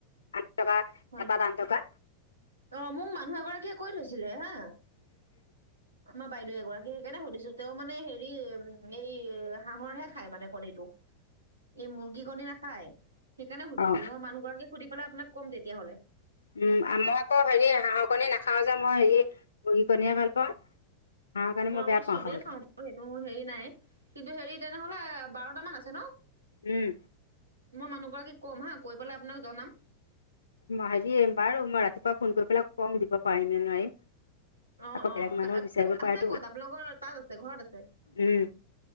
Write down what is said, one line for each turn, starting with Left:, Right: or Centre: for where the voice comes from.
Left: আঠ টকা
Right: হয়
Left: এটাত
Right: নেকি?
Left: আঠ টকা
Right: অ', মোক মানুহ এগৰাকীয়ে কৈ থৈছিলে হা আমাৰ বাইদেউ এগৰাকী, সেইকাৰণে সুধিছো। তেওঁ মানে হেৰি এই হাঁহৰহে খাই মানে কণীটো, এই মুৰ্গী কণী নাখাই। সেইকাৰণে সুধিছো।
Left: অঁ
Right: মই মানহগৰাকীক সুধি পেলাই আপোনাক ক'ম তেতিয়াহলে।
Left: উম, মই আকৌ হেৰি হাঁহৰ কণী নাখাওঁ যে, মই হেৰি মুৰ্গী কণীয়ে ভাল পাওঁ। হাঁহৰ কণী
Right: মই আকৌ
Left: বেয়া
Right: চবেই
Left: পাওঁ খাবলৈ
Right: খাওঁ সেইটো মোৰ হেৰি নাই। কিন্তু হেৰি তেনেহলে বাৰটামান আছে ন?
Left: উম।
Right: মই মানুহ গৰাকীক ক'ম হা, কৈ পেলাই আপোনাক জনাম।
Left: হেৰি, বাৰু! মই ৰাতিপুৱা ফোন কৰি পেলাই কম, দিব পাৰিম নে নোৱাৰিম।
Right: অ,
Left: আকৌ
Right: অ,
Left: বেলেগ মানুহেও
Right: ক
Left: বিচাৰিব
Right: আছে
Left: পাৰেতো
Right: ক'ত? আপোনালোকৰ তাত আছে, ঘৰত আছে।
Left: উম